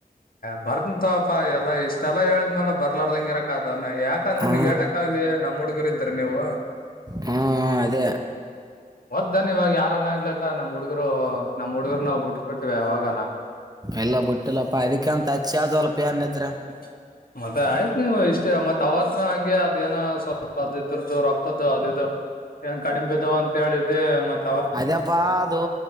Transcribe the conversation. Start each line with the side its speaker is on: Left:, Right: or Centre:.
Left: ಬರ್ತಂತಪ್ಪಾ ಎ ಇಷ್ಟ ಎಲ್ಲ ಹೇಳಿದ್ಮೇಲೆ ಬರ್ಲಾರ್ದಂಗಿರಕ್ ಅದನ್ನ ಯಾಕಂದ್ರೆ
Right: ಹ್ಞೂ
Left: ನೀವ ಏಟಕ್ ಅಲ್ಲಿ ನಮ್ಮ್ ಹುಡ್ಗರು ಇದ್ರ ನೀವು
Right: ಹ್ಮ ಅದೇ
Left: ಒದ್ದನ್ ಇವಾಗ ಯಾರನ ಆಗ್ಲಕ್ಕ ನಮ್ಮ್ ಹುಡುಗರು ನಮಮ್ಮ ಹುಡುಗರು ನಾವವು ಬಿಟ್ಕೊತೀವಿ ಅವಾಗಾನ
Right: ಎಲ್ಲ ಬಿುಟ್ಟಿಲ್ಲಪ್ಪ ಅದಕ್ಕೆ ಅಂತ ಅಚ್ಚಿ ಆದವಲ್ಲಪ ಏನದ್ರ
Left: ಹ ಮತ್ತೆ ಆಯ್ತ್ ನೀವು ಇಷ್ಟೇ ಮತ್ ಅವತ್ ನ ಹಂಗೆ ಅದ ಏನ ಸ್ವಲ್ಪ ಅದುರದದು ರೊಕ್ಕದ್ದು ಅದಿದ್ದು ಏನ್ ಕಡಿಂಬೆ ಅದುಾವ ಅಂತ ಹೇಳಿದ್ದೆ ಮತ್ತೆ
Right: ಅದ್ಯಪ್ಪಾ ಅದು